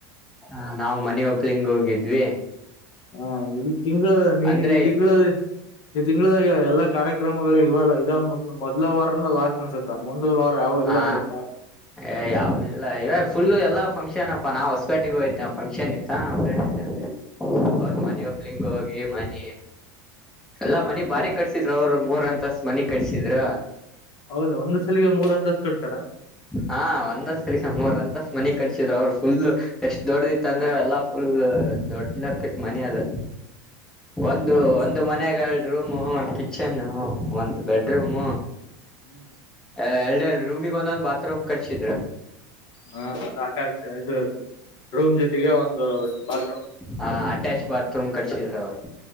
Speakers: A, in the centre; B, on the left.
A: ಹ ನಾ್ ಮನಿ ಒಪ್ಲಿಂಗ ಹೋಗಿದ್ವಿ
B: ಹಾ ಈ ತಿಂಗಳ ನೀನ್
A: ಅಂದ್ರೆ
B: ಈ ತಿಂಗಳ ಈ ತಿಂಗಳದಾಗ ಎಲ್ಲಾ ಕಾರ್ಯಕ್ರಮಗಳು ಇವಲ್ಲ ಇದ್ ಮೊದಲ ವಾರನ ಲಾಸ್ಟ್ ಅನ್ಸುತ್ತತ ಮುಂದ ಲಾರ ಯಾವವು ಎಲ್ಲ
A: ಹಾ
B: ಅನ್ಸಾ
A: ಏ ಯಾವ ಇಲ್ಲ ಇವ ಫುಲ್ ಎಲ್ಲ ಫಂಕ್ಷನ್ ಅಪ್ಪಾ ನಾ ಹೊಸಪೇಟೆಗೆಗ ಹೋತ ನ್ ಫಂಕ್ಷನ್ ಇತ್ತ ನಮ್ಮ್ ಫ್ರೆಂಡ್
B: ಹ್ಮ್
A: ಅವ್ರ ಮನಿ ಒಪ್ಲಿಂಗ ಹೋಗಿ ಮನ ಎಲ್ಲಾ ಮನಿ ಬಾಡಿ ಗೆಕಟ್ಸಿದ್ರ ಅವ್ರ ಮೂರ್ ಅಂತಸ್ ಮನಿ ಕಟ್ಸಿದ್ರ
B: ಹೌದಾ ಒಂದು ಸಲಿಗೆ ಮೂರ ಅಂತ ಕಟ್ತರ್
A: ಹಾ ಒಂದಷ್ಟ ಸ ಮೂರ್ ಅಂತಸ್ ಮನ ಕಟ್ಸಿದ್ರು ಅವ್ರು ಫುಲ್ ಎಷ್ಟ್ ದೊಡ್ಡದ ಇತ್ತ ಅಂದ್ರೆ ಎಲ್ಲಾ ಫುಲ್ ದೊಡ್ಲಕ್ಕಿತ್ ಮನ ಅದ ಒಂದು ಒಂದು ಮನೆ ರೂಮ್ ಒಂದು ಕಿಚನ್ ಒಂದು ಬೆಡ ರೂಮ್
B: ಹ್ಮ್
A: ಎಡೆಡು ರೂಮಿಗೆ ಒಂದೊಂದ್ ಬಾತ್ರೂಮ್ ಕಟ್ಸಿದ್ರು
B: ಹಾ ಅಟ್ಯಾಚ್ ಇದುದು ರೂಮ್ ಜೊತೆಗೆ ಒಂದು ಬಾತ್ರೂಮ್
A: ಹಾ ಅಟ್ಯಾಚ್ ಬಾತ್ರೂಮ್ ಕಟ್ಸಿದ್ರ ಅವ್ರು